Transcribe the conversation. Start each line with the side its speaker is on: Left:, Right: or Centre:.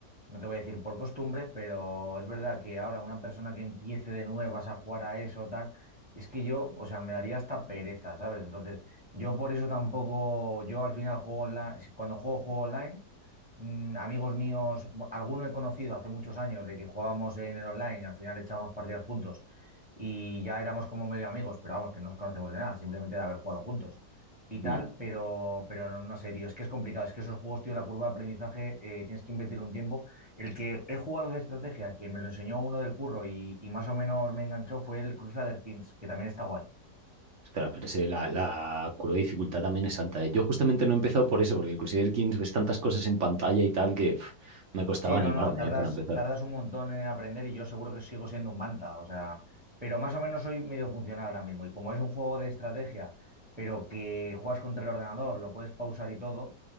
Centre: No te voy a decir por costumbre, pero es verdad que ahora una persona que empiece de nuevas a jugar a eso, tal, es que yo, o sea, me daría hasta pereza, ¿sabes? Entonces, yo por eso tampoco, yo al final juego online, cuando juego, juego online mm, amigos míos, bu- alguno he conocido hace muchos años de que jugábamos en el online y al final echábamos partidas juntos y ya éramos como medio amigos, pero vamos, que no nos conocemos de nada, simplemente de haber jugado juntos y tal,
Right: Mm.
Centre: pero, pero no, no sé, tío, es que es complicado, es que esos juegos, tío, la curva de aprendizaje, eh, tienes que invertir un tiempo. El que he jugado de estrategia, que me lo enseñó uno del curro y, y más o menos me enganchó, fue el Crusader Kings, que también está guay.
Right: Ostras, pero ese- la, la curva de dificultad también es alta, ¿eh? Yo justamente no he empezado por eso, porque el Crusader Kings ves tantas cosas en pantalla y tal que pf, me costaba
Centre: Sí,
Right: animarme,
Centre: no, no, tardas,
Right: ¿eh? Para empezar.
Centre: tardas un montón en aprender y yo seguro que sigo siendo un manta, o sea, pero más o menos soy medio funcional ahora mismo y como es un juego de estrategia, pero que juegas contra el ordenador, lo puedes pausar y todo,